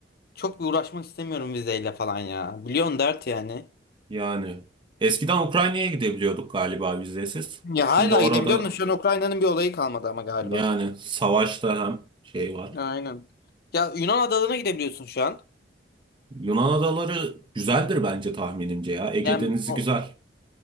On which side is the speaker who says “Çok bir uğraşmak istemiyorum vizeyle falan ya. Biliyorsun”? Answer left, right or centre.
Left